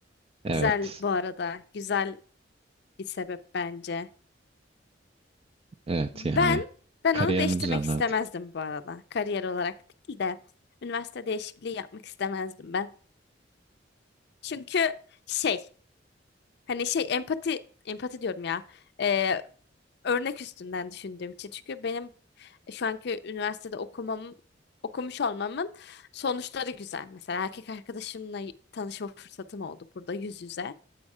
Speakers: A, on the right; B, on the left.
A: Evet.
B: güzel bu arada. Güzel bir sebep bence.
A: Evet
B: Ben
A: yani.
B: ben
A: Kariyerimi
B: onu değiştirmek
A: düzenlerdim.
B: istemezdim bu arada. Kariyer olarak değil de üniversite değişikliği yapmak istemezdim ben. Çünkü şey hani şey empati empati diyorum ya. Ee, örnek üstünden düşündüğüm için. Çünkü benim şu anki üniversitede okumam okumuş olmamın sonuçları güzel. Mesela erkek arkadaşımla tanışma fırsatım oldu burada yüz yüze.